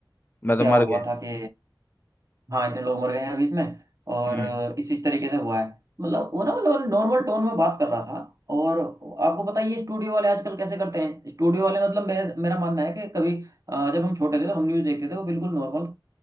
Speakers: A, on the left (about 25°); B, on the right (about 45°).
A: मैं तो
B: क्या
A: मर
B: हुआ
A: गए
B: था कि हाँ इतने लोग मर गए हैं अभी इसमें और
A: हम्म
B: अ, इसी तरीके से हुआ है मतलब वो ना मतलब नॉर्मल टोन में बात कर रहा था और आपको पता ही है ये स्टूडियो वाले आजकल कैसे करते हैं स्टूडियो वाले मतलब मैं मेरा मानना है कि कभी अ, जब हम छोटे थे तो हम न्यूज़ देखते थे वो बिल्कुल नॉर्मल